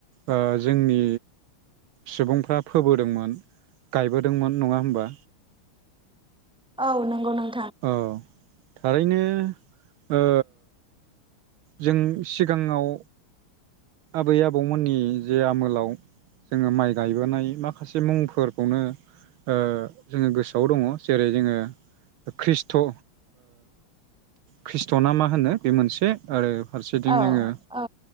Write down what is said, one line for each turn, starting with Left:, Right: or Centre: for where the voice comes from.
Right: ओ जोंनि सुबुंफ्रा फोबोदोंमोन गायबोदोंमोन नङा होमबा
Centre: औ नंगौ नों
Right: औ थारैनो ओ जों सिगाङाव आबै आबौमोननि जे आमोलाव जोङो माइ गायबोनाय माखासे मुंफोरखौनो ओ जोङो गोसोआव दङ जेरै जोङो खृष्ट ओ खृष्ट' ना मा होनो बे मोनसे आरो फारसेथिं
Centre: औ
Right: जोङो
Centre: औ